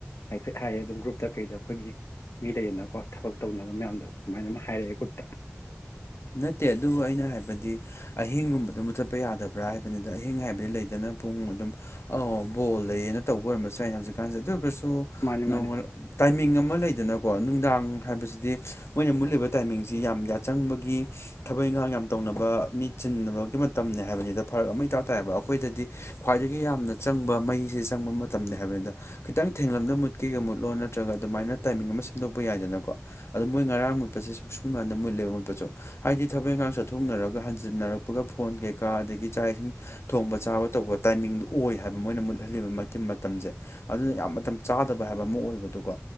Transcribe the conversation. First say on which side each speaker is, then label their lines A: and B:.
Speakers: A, on the left; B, on the left.
A: ꯍꯥꯏꯐꯦꯠ ꯍꯥꯏꯌꯦ ꯑꯗꯨꯝ ꯒ꯭ꯔꯨꯞꯇ ꯀꯩꯗ ꯑꯩꯈꯣꯏꯒꯤ ꯃꯤ ꯂꯩꯗꯅꯀꯣ ꯊꯕꯛ ꯇꯧꯅꯕ ꯃꯌꯥꯝꯗꯣ ꯑꯗꯨꯃꯥꯏꯅ ꯑꯃ ꯍꯥꯏꯔꯛꯑꯦ ꯈꯨꯠꯇ
B: ꯅꯠꯇꯦ ꯑꯗꯨꯕꯨ ꯑꯩꯅ ꯍꯥꯏꯕꯗꯤ ꯑꯍꯤꯡꯒꯨꯝꯕꯗ ꯃꯨꯠꯊꯠꯄ ꯌꯥꯗꯕ꯭ꯔꯥ ꯍꯥꯏꯕꯅꯤꯗ ꯑꯍꯤꯡ ꯍꯥꯏꯕꯗꯤ ꯂꯩꯗꯅ ꯄꯨꯡ ꯑꯗꯨꯝ ꯑ ꯕꯣꯜ ꯂꯩꯌꯦꯅ ꯇꯧꯕ ꯑꯣꯏꯔꯝꯕꯁꯨꯦ ꯑꯩꯅ ꯍꯧꯖꯤꯛ ꯀꯥꯟꯁꯦ ꯑꯗꯨ ꯑꯣꯏꯔꯒꯁꯨ
A: ꯃꯥꯅꯤ
B: ꯅꯣꯡꯃ
A: ꯃꯥꯅꯤ
B: ꯇꯥꯏꯃꯤꯡ ꯑꯃ ꯂꯩꯗꯅꯀꯣ ꯅꯨꯡꯗꯥꯡ ꯍꯥꯏꯕꯁꯤꯗꯤ ꯃꯣꯏꯅ ꯃꯨꯂꯤꯕ ꯇꯥꯏꯃꯤꯡꯁꯤ ꯌꯥꯝ ꯌꯥꯆꯪꯕꯒꯤ ꯒꯤ ꯊꯕꯛ ꯏꯪꯈꯥꯡ ꯌꯥꯝ ꯇꯧꯅꯕ ꯃꯤ ꯆꯤꯟꯅꯕꯒꯤ ꯃꯇꯝꯅꯤꯅꯦ ꯍꯥꯏꯕꯅꯤꯗ ꯐꯔꯛ ꯑꯃꯇꯥ ꯇꯥꯏꯕ ꯑꯩꯈꯣꯏꯗꯗꯤ ꯈ꯭ꯋꯥꯏꯗꯒꯤ ꯌꯥꯝꯅ ꯆꯪꯕ ꯃꯩꯁꯦ ꯆꯪꯕ ꯃꯇꯝ ꯍꯥꯏꯕꯅꯤꯗ ꯈꯤꯇꯪ ꯊꯦꯡꯡꯂꯝꯅ ꯃꯨꯠꯀꯦꯒ ꯃꯨꯠꯂꯣ ꯅꯠꯇ꯭ꯔꯒ ꯑꯗꯨꯃꯥꯏꯅ ꯇꯥꯏꯃꯤꯡ ꯑꯃ ꯁꯦꯝꯗꯣꯛꯄ ꯌꯥꯏꯗꯅꯀꯣ ꯑꯗꯣ ꯃꯣꯏ ꯉꯔꯥꯡ ꯃꯨꯠꯄꯁꯦ ꯁꯨꯡꯁꯨꯝ ꯀꯥꯟꯗ ꯃꯨꯠꯂꯦꯕ ꯃꯠꯄꯁꯨ ꯍꯥꯏꯗꯤ ꯊꯕꯛ ꯏꯟꯈꯥꯡ ꯆꯠꯊꯣꯛꯅꯔꯒ ꯍꯟꯖꯤꯟꯅꯔꯛꯄꯒ ꯐꯣꯟ ꯀꯩꯀꯥ ꯑꯗꯒꯤ ꯆꯥꯛ ꯏꯁꯤꯡ ꯊꯣꯡꯕ ꯆꯥꯕ ꯇꯧꯕ ꯇꯥꯏꯃꯤꯡꯗꯨ ꯑꯣꯏ ꯍꯥꯏꯕ ꯃꯣꯏꯅ ꯃꯨꯠꯍꯜꯂꯤꯕ ꯃꯇꯝꯁꯦ ꯑꯗꯨꯅ ꯌꯥꯝ ꯃꯇꯝ ꯆꯥꯗꯕ ꯍꯥꯏꯕ ꯑꯃ ꯑꯣꯏꯕꯗꯨꯀꯣ